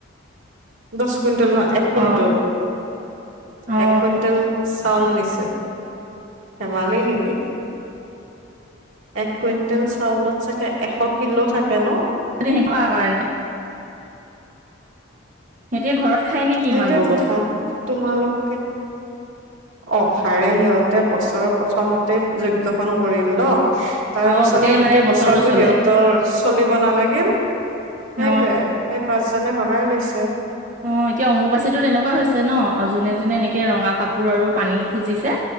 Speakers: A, on the right (about 75°); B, on the right (about 40°).
A: দহ কুইণ্টল নহয়, এক কুইণ্টল
B: অ অ
A: এক কুইণ্টল- চাউল নিছে, ধেমালি নেকি। এক কুইণ্টেল চাউলত চাগে এশ কিলো থাকে ন।
B: <unintelligible> কাৰণে। সিহঁতে ঘৰত খায় নেকি
A: সেইটোৱে
B: ইমান বোৰ
A: কথা
B: বস্তু?
A: তোমালোকে- অ হাৰে সিহঁতে বছৰৰ প্ৰথমতে যোগ্যখন কৰিল ন। তাৰ
B: অ
A: পিছত আৰু গোটেই
B: মানে
A: বছৰটো
B: চলে
A: সিহঁতৰ চলিব নালাগিল। সেইটোয়ে
B: অ।
A: সেই পাঁচজনে ভগাই লৈছে।
B: অ এতিয়া অম্বুবাচীটো তেনেকুৱা হৈছে ন যোনে যোনে এনেকে ৰঙা কাপোৰ আৰু পানী খুজিছে।